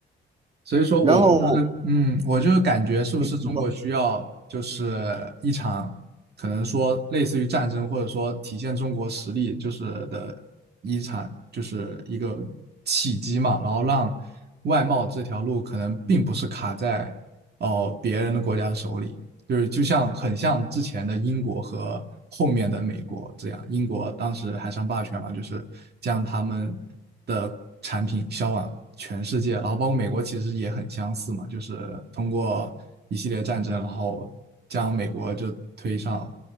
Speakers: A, on the right (about 55°); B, on the right (about 30°).
A: 所以。
B: 然后
A: 嗯，我就感觉是不是中国需要就是一场可能说类似于战争，
B: 你你说，
A: 或者说体现中国实力就是的一场就是一个契机嘛，然后让外贸这条路可能并不是卡在哦、别人的国家的手里，就是就像很像之前的英国和后面的美国这样，英国当时海上霸权嘛，就是将他们的产品销往全世界，然后包括美国其实也很相似嘛，就是通过一系列战争，然后将美国就推上